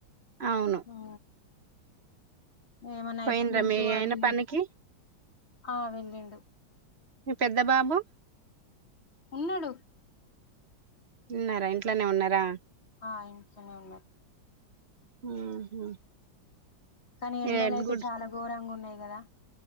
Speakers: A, on the right; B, on the left.
A: అవును
B: ఉ ఏమన్నా
A: పోయిండ్రా
B: ఐస్ క్రీమ్స్
A: మీ
B: అవి
A: ఆయన
B: ఇవి
A: పనికి
B: ఆ వెళ్ళిండు
A: మీ పెద్ద బాబు
B: ఉన్నాడు
A: ఉన్నారా ఇంట్లోనే ఉన్నారా
B: ఆ ఇంట్లా నే ఉన్నారు.
A: ఉహు
B: కానీ ఎండలు
A: ఇదే
B: అయితే
A: గుడ్
B: చాలా ఘోరంగా ఉన్నాయి కదా